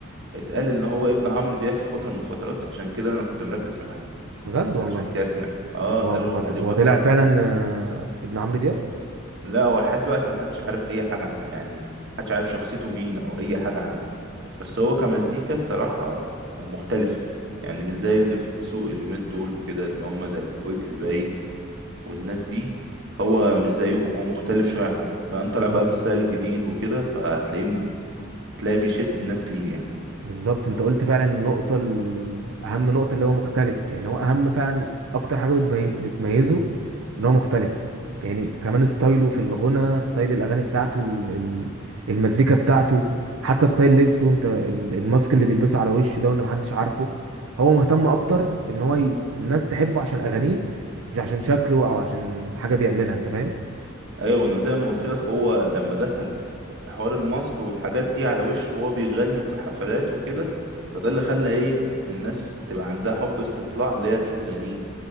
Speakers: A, on the right; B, on the right.
A: اتقال ان هو ابن عمرو دياب في فتره من الفترات عشان كده انا كنت مركز معاه
B: بجد
A: يعني ده
B: والله
A: عشان كده سمعت اه
B: طب هو
A: قالوا
B: هو
A: عليه فتره
B: هو طلع فعلا آه، ابن عمرو دياب
A: لا هو لحد دلوقتي محدش عارف اي حاجه ع- يعني محدش عارف شخصيته مين او اي حاجه عنه بس هو كمزيكا صراحه آه، مختلفه يعني مش زي اللي في السوق اليومين دول وكده اللي هم زي ويجز باين والناس دي هو مش زيهم هو مختلف شويه عنه فانت
B: بالظبط
A: طالع بقى بالستايل الجديد وكده فهتلاقيه هتلاقيه بيشد الناس ليه يعني
B: بالظبط انت قلت فعلا النقطة ال- اهم نقطة اللي هو مختلف يعني هو اهم فعلا اكتر حاجة بتمي- بتميزه ان هو مختلف يعني كمان ستايله في الغنى ستايل الاغاني بتاعته ال- ال- المزيكا بتاعته حتى ستايل لبسه انت ال- الماسك اللي بيلبسه على وشه ده وان محدش عارفه هو مهتم اكتر بان هو ي... الناس تحبه عشان اغانيه مش عشان شكله او عشان حاجة بيعملها انت فاهم
A: ايوه انا زي ما قلت لك هو لما دخل بحوار الماسك والحاجات دي على وشه وهو بيغني وفي حفلات وكده فده اللي خلى ايه الناس تبقى عندها حب استطلاع اللي هي تشوف ده مين